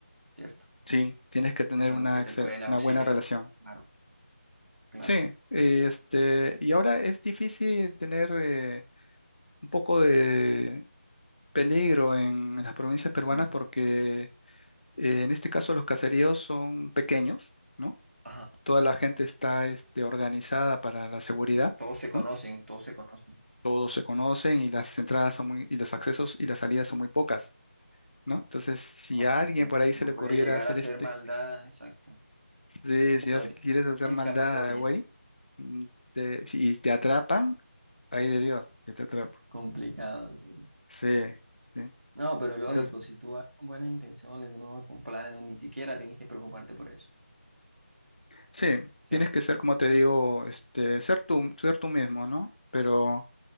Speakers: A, on the right; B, on the left.
A: ¿cierto?
B: Sí, tienes que tener
A: Que son
B: una,
A: los que te
B: excel-
A: pueden auxiliar.
B: una buena relación.
A: Claro, claro.
B: Sí, este, y ahora es difícil tener eh, un poco de peligro en las provincias peruanas
A: Ujú.
B: porque Eh, en este caso, los caseríos son pequeños, ¿no?
A: Ajá.
B: Toda la gente está este, organizada para la seguridad,
A: Todos se conocen,
B: ¿no?
A: todos se conocen.
B: Todos se conocen y las entradas son muy, y los accesos y las salidas son muy pocas, ¿no? Entonces, si
A: Lógico,
B: a alguien
A: lógico.
B: por ahí
A: No
B: se le ocurriera
A: puede llegar
B: hacer
A: a ser
B: este,
A: maldad, exacto.
B: <laughs> sí, si,
A: No
B: vas- quieres hacer
A: tiene
B: maldad,
A: escapatoria.
B: güey, mm, te- si- y te atrapan, ahí de Dios, si te atrapan.
A: Complicado, sí.
B: Sí, sí.
A: No, pero lógico,
B: Entonces,
A: si tú vas con buenas intenciones, tú no vas con planes, no, ni siquiera tienes que preocuparte por eso.
B: sí,
A: ¿Cierto?
B: tienes que ser, como te digo, este, ser tú, ser tú mismo, ¿no? Pero